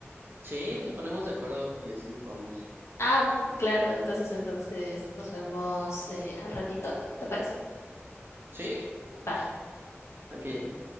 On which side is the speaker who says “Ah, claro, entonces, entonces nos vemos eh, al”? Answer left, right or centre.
Left